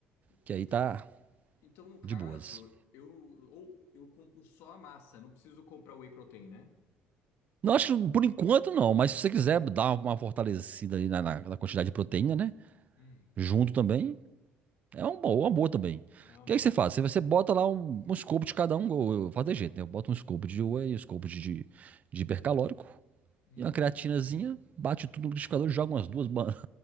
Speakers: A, on the right; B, on the left.
A: que
B: Então,
A: aí tá
B: Então, no caso,
A: de boas.
B: eu ou eu compro só a massa, não preciso comprar o whey protein, né?
A: Não, acho que por enquanto não, mas se você quiser dar uma fortalecida ali na, na- na quantidade de proteína, né?
B: Hum.
A: Junto também, é uma boa, uma boa também.
B: É uma
A: O que
B: boa
A: aí você
B: também.
A: faz? Você, você bota lá um, um scoop de cada um, eu, eu faço de jeito, né? Eu boto um scoop de whey, um scoop de, de, de hipercalórico,
B: Uhum.
A: E uma creatinazinha, bate tudo no liquidificador, joga umas duas bananas